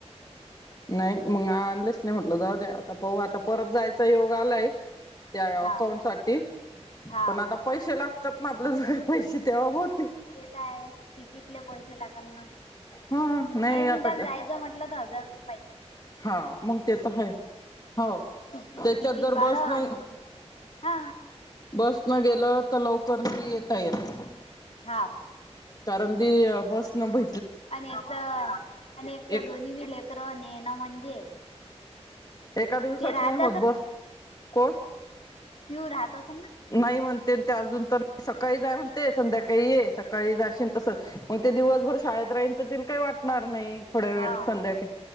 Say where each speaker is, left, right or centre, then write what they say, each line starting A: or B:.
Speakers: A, on the left; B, on the left.
A: नाही मग आणलेच नाही म्हटलं जाऊ दे आता पाऊ आता परत जायचा योग आलाय त्या अकाउंट
B: हाव
A: साठी
B: हाव
A: पण आता पैसे लागतात ना आपल्या जगळे पैसे तेव्हा होत
B: येत आहे तिकीटले पैसे लागना
A: हा
B: नाही निदान
A: आता का
B: जायचं म्हटलं तर हजार रुयई
A: हा मग ते तर ह हो
B: तिकी
A: त्याच्यात
B: तिकीट
A: जर
B: भाडं
A: बस ना
B: अन हा
A: बस न गेलं तर लवकर नाही येता येत
B: हा
A: कारण ती बस न ब
B: आणि एकचा आणि एकचा
A: एक
B: दोन्ही वि लेकर ने ना म्हणजे
A: एका दिवसात
B: ते राहत
A: नाही होत बस कोण
B: प्यूर राहातच
A: नाही म्हणते ते अजून तर सकाळी जाय म्हणते संध्याकाळी ये सकाळी जाशन तसंच मग ते दिवसभर शाळेत राहीन तर त काही वाटणार नाही थोडे्या
B: हाव
A: वेळ सांध्याक